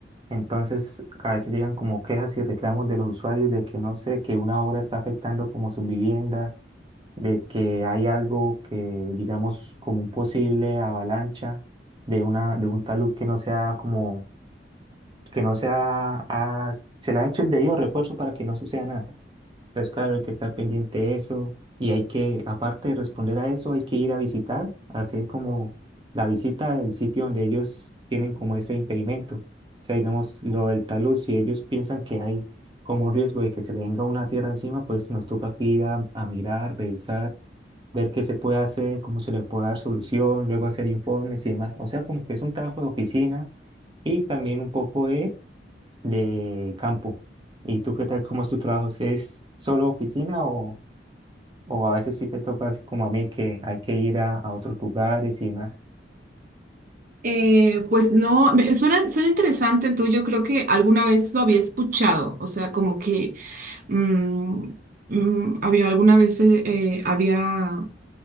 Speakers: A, on the right (about 30°); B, on the right (about 50°).
A: Entonces, a veces llegan como quejas y reclamos de los usuarios de que no sé, que una obra está afectando como sus viviendas, de que hay algo que, digamos, como un posible avalancha de una, de un talud que no sea como que no sea, ah, se le ha hecho el debido refuerzo para que no suceda nada. Entonces, claro, hay que estar pendiente de eso y hay que, aparte de responder a eso, hay que ir a visitar, hacer como la visita del sitio donde ellos tienen como ese impedimento. O sea, digamos, lo del talud, si ellos piensan que hay como un riesgo de que se le venga una tierra encima, pues nos toca aquí ir a, a mirar, revisar, ver qué se puede hacer, cómo se le puede dar solución, luego hacer informes y demás. O sea, como que es un trabajo de oficina y también un poco de de campo. ¿Y tú qué tal? ¿Cómo es tu trabajo? ¿Es solo oficina o, o a veces sí te tocas como a mí que hay que ir a, a otros lugares y demás?
B: Eh, pues no, me- suena, suena interesante el tuyo, creo que alguna vez lo había escuchado, o sea, como que Mm, mm, había alguna vez, eh, eh, había,